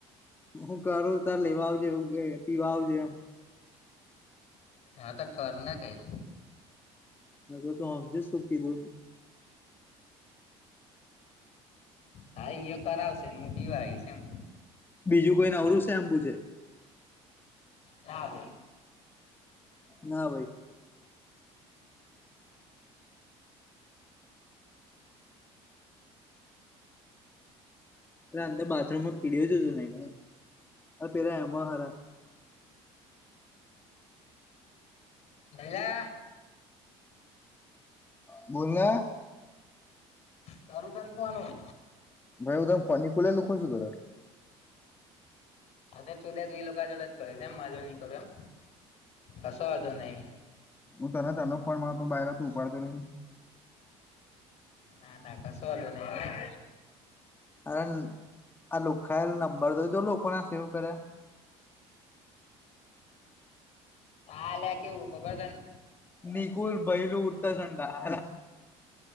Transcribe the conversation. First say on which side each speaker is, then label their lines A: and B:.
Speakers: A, on the left; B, on the left.
A: હું કરું, તે લેવા આવજેવ, પીવા આવજે એમ.
B: આ તો કરને કઈ.
A: હ, તો તો સમજે શું કીધું ને.
B: હા, યો કરાવશે ને, હું પીવા છે એમ.
A: બીજું કોઈ નવરું છે, એમ પૂછેે?
B: હા.
A: ના ભાઈ. અંદર બાથરૂમમાં કીડયો જ હતું નહી, પેલા એમાં હરા.
B: <unintelligible>
A: બોલના.
B: તાલું ત ખવાનું.
A: ભાઈ હ, તમે ફોન કોલ લુખો છું, કર
B: અ તુદા તું એ લોકોડ જ કહે છે, એમ આજો નહી કરું એમ, કસો આજો નહી.
A: હું તને તનો ફ મારતો બહાર તો ઉપાડતો નહીને.
B: ના, ના, કશું વાંધું નહી.
A: અરે આ લુખાયેલ નંબર તો જો લોકોને સેવ કરે.
B: હાલ્યા કેવું ખબર છે ને.
A: નિકુલ બૈલું ઉઠતા સંડા